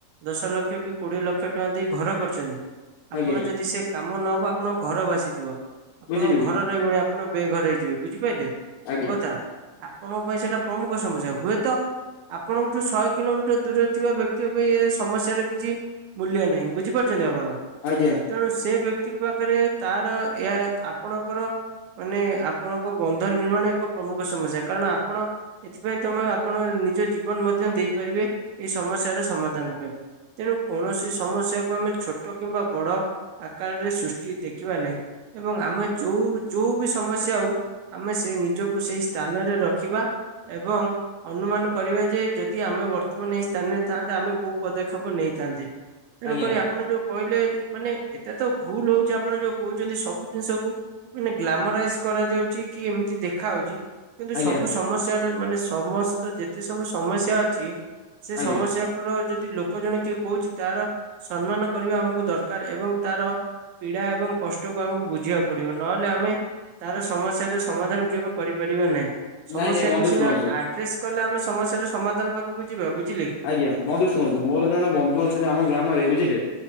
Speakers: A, on the right (about 80°); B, on the left (about 85°).
A: ଦଶ ଲକ୍ଷ କି କୋଡିଏ ଲକ୍ଷ ଟଙ୍କା ଦେଇ ଘର କରିଛନ୍ତି ଆପଣ
B: ଆଜ୍ଞା
A: ଯଦି ସେ କାମ ନହବ ଆପଣଙ୍କ ଘର ଭାସିଯିବ ଆପଣଙ୍କ
B: ବୁଝିଲି ବୁଝିଲି
A: ଘର ରହିବନି ଆପଣ ବେଘର ହେଇଯିବେ ବୁଝିପାରିଲେ?
B: ଆଜ୍ଞା
A: ମୋ କଥା ଆପଣଙ୍କ ପାଇଁ ସେଟା ପ୍ରମୁଖ ସମସ୍ୟା ହୁଏତ ଆପଣଙ୍କଠୁ ଶହେ କିଲୋମିଟର ଦୂରରେ ଥିବା ବ୍ୟକ୍ତିଙ୍କ ପାଇଁ ଏ ସମସ୍ୟାର କିଛି ମୂଲ୍ୟ ନାହିଁ ବୁଝିପାରୁଛନ୍ତି ଆପଣ?
B: ଆଜ୍ଞା।
A: ତେଣୁ ସେ ବ୍ୟକ୍ତି ପାଖରେ ତାର ଏହା ଆପଣଙ୍କର ମାନେ ଆପଣଙ୍କ ବନ୍ଧ ନିର୍ମାଣ ଏକ ପ୍ରମୁଖ ସମସ୍ୟା କାରଣ ଆପଣ ଏଥିପାଇଁ ତମେ ଆପଣ ନିଜ ଜୀବନ ମଧ୍ୟ ଦେଇପାରିବେ ଏଇ ସମସ୍ୟାର ସମାଧାନ ପାଇଁ। ତେଣୁ କୌଣସି ସମସ୍ୟାକୁ ଆମେ ଛୋଟ କିମ୍ବା ବଡ଼ ଆକାରରେ ସୃଷ୍ଟି ଦେଖିବା ନାହିଁ। ଏବଂ ଆମେ ଯୋଉ ଯୋଉ ବି ସମସ୍ୟା ହଉ ଆମେ ସେ ନିଜକୁ ସେଇ ସ୍ଥାନରେ ରଖିବା ଏବଂ ଅନୁମାନ କରିବା ଯେ ଯଦି ଆମେ ବର୍ତ୍ତମାନ ଏଇ ସ୍ଥାନରେ ଥାନ୍ତେ ଆମେ କୋଉ ପଦକ୍ଷେପ ନେଇଥାନ୍ତେ। ତେଣୁ
B: ଆଜ୍ଞା
A: କରି ଆପଣ ଯୋଉ କହିଲେ ମାନେ ଏତେ ତ ଭୁଲ ହଉଛି ଆପଣ ଯୋଉ କହୁଛନ୍ତି ସବୁ ଜିନିଷକୁ ମାନେ ଗ୍ଲାମରାଇଜ୍ କରାଯାଉଛି କି ଏମିତି ଦେଖା ହଉଛି କିନ୍ତୁ
B: ଆଜ୍ଞା
A: ସବୁ ସମସ୍ୟାରେ ମାନେ ସମସ୍ତ ଯେତେ ସବୁ ସମସ୍ୟା ଅଛି ସେ
B: ଆଜ୍ଞା
A: ସମସ୍ୟା ର ଯଦି ଲୋକ ଜଣେ କିଏ କହୁଛି ତାର ସମ୍ମାନ କରିବା ଆମକୁ ଦରକାର ଏବଂ ତାର ପୀଡା ଏବଂ କଷ୍ଟକୁ ଆମକୁ ବୁଝିବାକୁ ପଡିବ ନହେଲେ ଆମେ ତାର ସମସ୍ୟାର ସମାଧାନ କେବେ କରିପାରିବା ନାହିଁ ସମସ୍ୟାକୁ
B: ନାଇଁ ନାଇଁ ବନ୍ଧୁ
A: ସିନା
B: ଶୁଣନ୍ତୁ
A: ଆ ଡ୍ରେସ୍ କଲେ ଆମେ ସମସ୍ୟାର ସମାଧାନ ପାଖକୁ ଯିବା ବୁଝିଲେ କି?
B: ଆଜ୍ଞା ବନ୍ଧୁ ଶୁଣନ୍ତୁ ମୋର ଜଣେ ବନ୍ଧୁ ଅଛନ୍ତି ଆମ ଗ୍ରାମରେ ବୁଝିଲେ?